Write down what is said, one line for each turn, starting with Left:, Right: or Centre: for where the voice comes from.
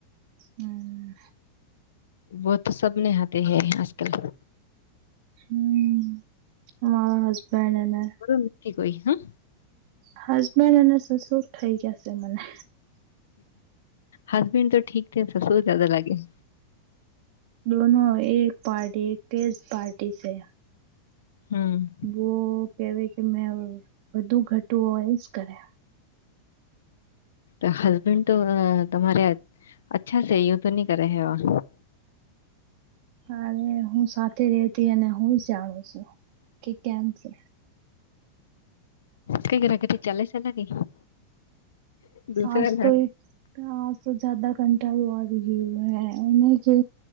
Right: હમ્મ.
Left: વ તો સબ નિહતે હૈ આજ કલ
Right: હમ્મ અમારો હજબેન્ડ એને
Left: <unintelligible> કોઈ હા
Right: હજબન્ડ અને સસુર થઇ જાશે મને.
Left: હસબન્ડ તો ઠીક સસુર જાદા લાગે.
Right: દોનો એક પાર્ટી એક કેસ પાર્ટી છે.
Left: હમ્મ.
Right: બો કેવાય કે મે વધુ ઘટું હો એજ કરયા.
Left: તા હસબેન્ડ તો તમારે અચ્છા સું તો નહી કરે ઓર
Right: હારે હું સાથે રેતી અને હું જ જાણું છું કે કેમ છે.
Left: કઈ ઘરા કે ચાલે છે લા કે દુસરા
Right: આજ તો એ હ તો જદા કંટાળું આવી ગયું હે એને કે